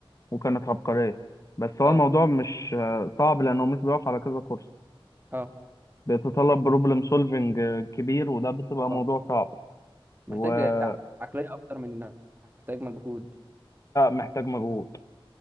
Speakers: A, on the left; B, on the right.
A: وكانت عبقرية بس هو
B: اه
A: الموضوع مش آه، صعب لأنه مش بيقف على كذا كورس
B: اه
A: بيتطلب بروبلم سولفنج كبير وده بتبقى
B: اه
A: موضوع صعب
B: محتاج
A: ولا
B: عقلية أكتر من إنها محتاج مجهود
A: محتاج مجهود